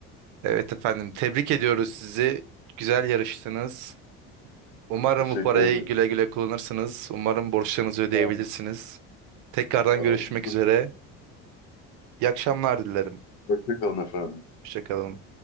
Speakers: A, on the right (about 70°); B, on the left (about 85°).
A: Evet efendim tebrik ediyoruz sizi. Güzel yarıştınız. Umarım
B: Teşekkür
A: bu parayı
B: ederim.
A: güle güle kullanırsınız. Umarım borçlarınızı ödeyebilirsiniz.
B: Sağ olun.
A: Tekrardan
B: Sağ
A: görüşmek
B: olun. Çok
A: üzere. İyi akşamlar dilerim.
B: hoşça kalın efendim.
A: Hoşça kalın.